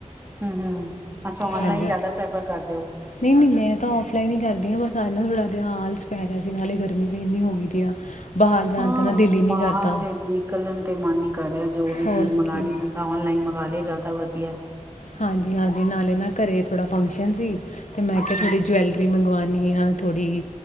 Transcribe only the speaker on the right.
ਹੂੰ ਹੂੰ। ਅੱਛਾ ਔਨਲਾਈਨ
ਜ਼ਿਆਦਾ ਪ੍ਰੈਫਰ ਕਰਦੇ ਹੋ
ਹਾਂ
ਬਾਹਰ
ਤੇ ਨਿਕਲਣ ਤੇ ਮਨ ਨੀ ਕਰ ਰਿਆ, ਜੋ ਵੀ
ਚੀਜ਼ ਮੰਗਾਣੀ
ਬੰਦਾ ਔਨਲਾਈਨ ਮੰਗਾ ਲੇ, ਜੈਦਾ ਵਧੀ ਆ।
ਅੱਛਾ